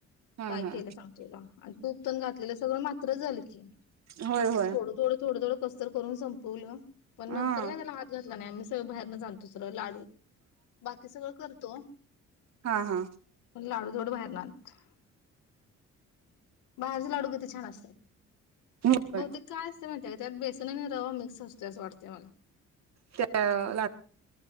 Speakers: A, on the right (about 60°); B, on the left (about 85°).
A: हा
B: काय
A: हा.
B: केलं सांग तुला आणि तूप पण घातलेलं, सगळं मात्र झालं की
A: होय होय
B: थोडं थोडं थोडं थोडं कसतर करून संपवलं. पण
A: हा
B: नंतर काय त्याला हात घा नाय नाय आम्ही सगळे बाहेरन दसर लाडू बाकी सगळ करतो
A: हा हा
B: पण लाडू थोड बाहेरन आणतो बाहेरचे लाडू किती छान असते.
A: होय.
B: बघते का त्या म्हणत्यात त्यात बेसन आहे ना <unintelligible> खवा मिक्स असतो अस वाटते मला.
A: त्या